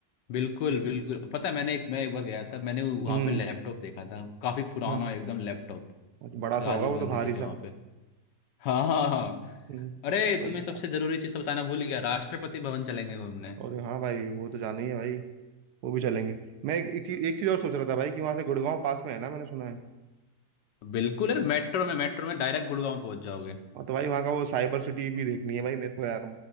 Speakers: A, on the left (about 85°); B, on the right (about 70°).
A: बिल्कुल बिल्कुल पता है मैंने एक मैं एक बार गया था मैंने वहाँ
B: हम्म
A: पे लैपटॉप देखा था काफी पुराना
B: हाँ
A: एकदम लैपटॉप
B: बड़ा सा
A: राजीव
B: होगा वो
A: गांधी
B: तो भारी
A: जी के
B: सा
A: वहाँ पे हाँ हाँ हाँ
B: हम्म,
A: अरे
B: सही
A: तुम्हें
B: है
A: सबसे
B: यार।
A: जरूरी चीज बताना भूल गया राष्ट्रपति भवन चलेंगे घूमने
B: और हाँ भाई वो तो जाना ही है भाई वो भी चलेंगे मैं एक, एक चीज एक चीज और सोच रहा था भाई कि वहां से गुड़गांव पास में है ना मैंने सुना है
A: बिल्कुल यार मेट्रो में मेट्रो में डायरेक्ट गुड़गांव पहुंच जाओगे
B: हाँ तो भाई वहाँ का वो साइबर सिटी भी देखनी है भाई मेरे को यार